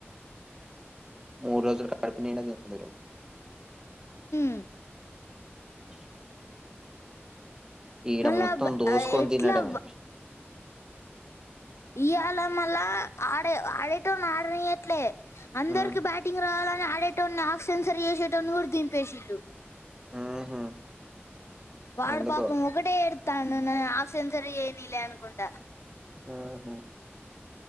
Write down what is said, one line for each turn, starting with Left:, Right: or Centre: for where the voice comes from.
Right: మూరు రోజలు కడపు నీడ తిందురు
Left: ఉ
Right: <inaudible> ఈడ
Left: మళ్ళా
Right: మొత్తం
Left: బ-
Right: దోసుకొని
Left: ఎట్లా
Right: తినడమే
Left: ఇయాలా మళ ఆడే ఆడేటోనీ ఆడని ఎట్లే అందరికి
Right: ఉ
Left: బ్యాటింగ్ రావాలని ఆడేటని ఆకు సెన్సరీ చేసేటని దింపేసింళలు
Right: ఉహు
Left: వాడు
Right: ఎందుకో
Left: పాపం ఒకటే ఎతాను ఆసెన్సర్ ఏనలే అనుకుంట
Right: ఆహా